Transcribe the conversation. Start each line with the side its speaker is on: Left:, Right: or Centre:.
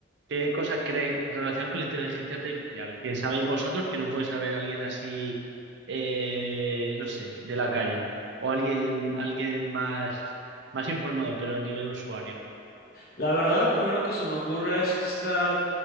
Right: ¿qué cosas creéis relacionadas con la inteligencia artificial que sabéis vosotros que no puede saber alguien así, eh, no sé, de la calle? O alguien, alguien más, más informado, pero a nivel usuario.
Left: La verdad, lo primero que se me ocurre es esta,